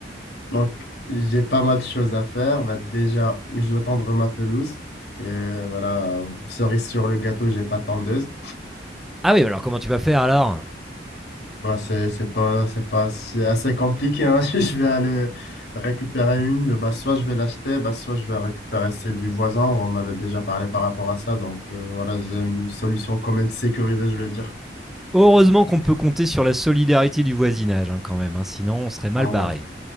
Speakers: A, on the left; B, in the centre.
A: Donc, j'ai pas mal de choses à faire. Bah, déjà, je dois tendre ma pelouse. Et voilà, cerise sur le gâteau, j'ai pas de tondeuse.
B: ah ouais, alors comment tu vas faire alors
A: Bah, c'est, c'est pas, c'est pas si- assez compliqué, hein. <laughs> Si je vais aller récupérer une, bah, soit je vais l'acheter, bah, soit je vais récupérer celle du voisin. On avait déjà parlé par rapport à ça. Donc, euh, voilà, j'ai une solution quand même sécurisée, je vais dire.
B: Heureusement qu'on peut compter sur la solidarité du voisinage, hein, quand même, hein, sinon on serait mal
A: Ah
B: barré.
A: ouais.